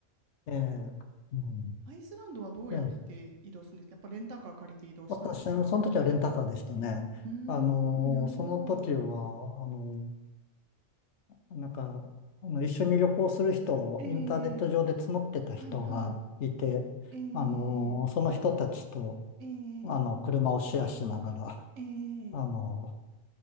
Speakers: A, on the left (about 70°); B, on the right (about 80°).
A: ええ、うん。
B: アイスランドはどうやって移動するんですかやっぱレンタカー借りて移動したんですか
A: で、私、その時はレンタカーでしたね。
B: うーん、
A: あのーその時は、
B: なるほど。
A: あのなんか、あの、一緒に旅行する人をインターネット上で募ってた人がいて、
B: えー、はいはい。えー、
A: あのその人たちと、
B: えー、
A: あの、車をシェアしながら、
B: えー、
A: あの